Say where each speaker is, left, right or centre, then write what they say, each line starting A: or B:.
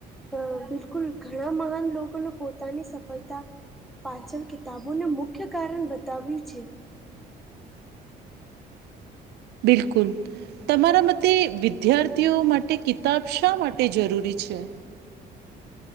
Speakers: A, in the centre; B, on the right (about 75°).
A: અ બિલકુલ ઘણા મહાન લોકોને પોતાની સફલતા પાચન કિતાબોને મુખ્ય કારણ બતાવ્યું છે.
B: બિલકુલ. તમારા મતે વિદ્યાર્થીઓ માટે કિતાબ શા માટે જરૂરી છે.